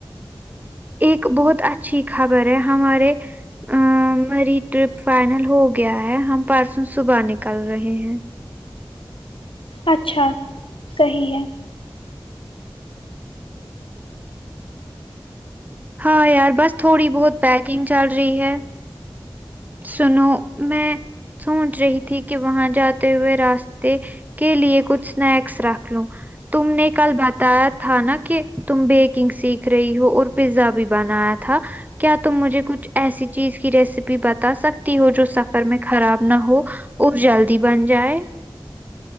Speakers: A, on the right; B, on the left.
A: ایک بہت اچھی خبر ہے ہمارے ا میری ٹرپ فائنل ہو گیا ہے ہم پرسوں صبح نکل رہے ہیں
B: اچھا صحیح ہے
A: ہاں یار بس تھوڑی بہت پیکنگ چل رہی ہے سنو میں سوچ رہی تھی کہ وہاں جاتے ہوئے راستے کے لیے کچھ سنیکس رکھ لوں تم نے کل بتایا تھا نا کہ تم بیکنگ سیکھ رہی ہو اور پیزا بھی بنایا تھا کیا تم مجھے کچھ ایسی چیز کی ریسیپی بتا بتا سکتی ہو جو سفر میں خراب نہ ہو اور جلدی بن جائے